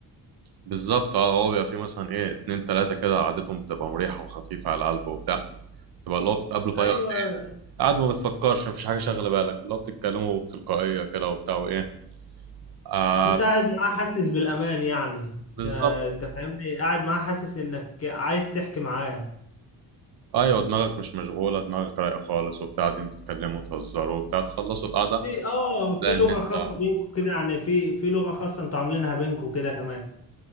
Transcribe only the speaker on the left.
ايوه
انت قاعد معاه حاسس بالامان يعني ده
انت فاهمني قاعد معاه حاسس انك عايز تحكي معاه
في اه في
لغة
خاصة بينكم كده يعني في في لغة خاصة انتوا عاملينها بينكم كده كمان